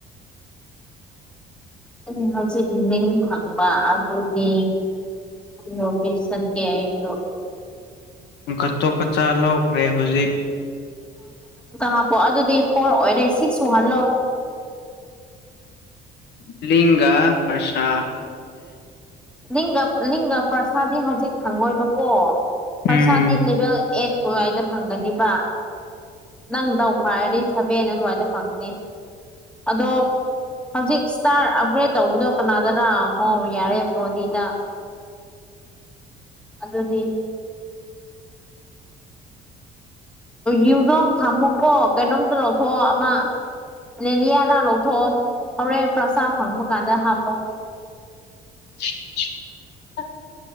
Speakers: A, in the centre; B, on the left.
A: ꯑ ꯍꯧꯖꯤꯛ ꯂꯤꯡ ꯐꯪꯕ ꯑꯗꯨꯒꯏ ꯅꯤꯌ‌ꯣꯕꯤꯁ ꯆꯠꯀ‌ꯦ ꯑꯩꯁꯨ
B: ꯒꯠꯇꯣ ꯒꯆꯥ ꯂꯧꯈ꯭ꯔꯦ ꯍꯧꯖꯤꯛ
A: ꯍꯥꯄꯣ ꯑꯗꯨꯗꯤ ꯐꯣꯔ ꯑꯣꯏꯔꯦ ꯁꯤꯛꯁ ꯁꯨꯍꯜꯂꯣ
B: ꯂꯤꯡꯒꯥ ꯐ꯭ꯔꯁꯥ
A: ꯂꯤꯡꯒ ꯂꯤꯡꯒ ꯐ꯭ꯔꯁꯥꯗꯤ ꯍꯧꯖꯤꯛ ꯐꯪꯉꯣꯏꯕꯀꯣ
B: ꯎꯝ
A: ꯐ꯭ꯔꯁꯥꯗꯤ ꯂꯦꯚꯦꯜ ꯑ‌ꯦꯠ ꯑꯗꯨꯋꯥꯏꯗ ꯐꯪꯒꯅꯤꯕ ꯅꯪ ꯗꯧ ꯐꯥꯔꯗꯤ ꯁꯕꯦꯟ ꯑꯗꯨꯋꯥꯏꯗ ꯐꯪꯒꯅꯤ ꯑꯗꯣ ꯍꯧꯖꯤꯛ ꯏꯁꯇꯥꯔ ꯑꯞꯒ꯭ꯔꯦꯗ ꯇꯧꯕꯗꯣ ꯀꯅꯥꯗꯅ ꯍꯣ ꯌꯥꯔꯦ ꯕ‍꯭ꯔ‌ꯣꯗꯤꯗ ꯑꯗꯨꯗꯤ ꯌꯨꯖꯣꯡ ꯊꯝꯃꯨꯀꯣ ꯀꯩꯅꯣꯝꯇ ꯂꯧꯊꯣꯛꯑꯣ ꯑꯃ ꯂꯦꯂꯤꯌꯥꯗ ꯂꯧꯊꯣꯛꯑꯣ ꯍꯣꯔꯦꯟ ꯐ‍꯭ꯔꯁꯥ ꯐꯪꯕ ꯀꯥꯟꯗ ꯍꯥꯞꯄꯣ
B: <unintelligible>